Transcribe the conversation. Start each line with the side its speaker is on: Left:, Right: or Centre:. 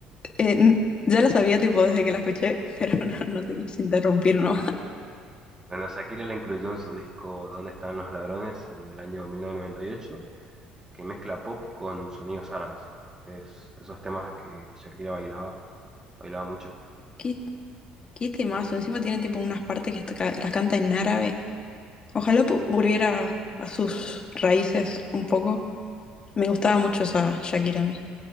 Left: Eh, n- ya la sabía tipo desde que la escuché, <laughs> pero no, no te quise interrumpir, ¿no?
Right: Bueno, Shakira la incluyó en su disco ¿Dónde están los ladrones? en el año 1998, que mezcla pop con sonidos árabes. Es esos temas que Shakira bailaba, bailaba mucho.
Left: Qué, qué temazo. Encima tiene tipo unas partes que esta ca- las canta en árabe. Ojalá pu- volviera a sus raíces un poco. Me gustaba mucho esa Shakira a mí.